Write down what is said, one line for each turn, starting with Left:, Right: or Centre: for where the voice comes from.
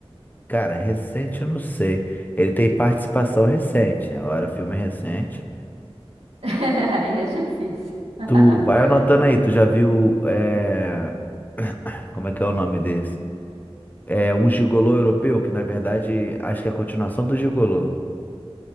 Left: cara, recente eu não sei. Ele tem participação recente. Agora, filme recente.
Right: <laughs> Aí é difícil. <laughs>
Left: Tu vai anotando aí, tu já viu. é, como é que é o nome desse? É um gigolô europeu, que na verdade acho que é a continuação do gigolô.